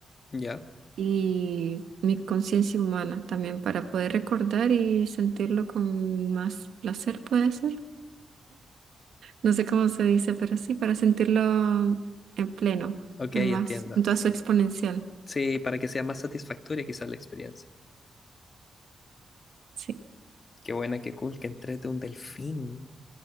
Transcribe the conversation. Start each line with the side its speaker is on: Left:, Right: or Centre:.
Left: ¿Ya?
Right: y mi conciencia humana también para poder recordar y sentirlo con más placer, puede ser. No sé cómo se dice, pero sí, para sentirlo en pleno,
Left: Ok,
Right: en más,
Left: entiendo.
Right: en toda su exponencial.
Left: Sí, para que sea más satisfactoria quizás la experiencia.
Right: Sí,
Left: Qué buena, qué cool, que entrete un delfín.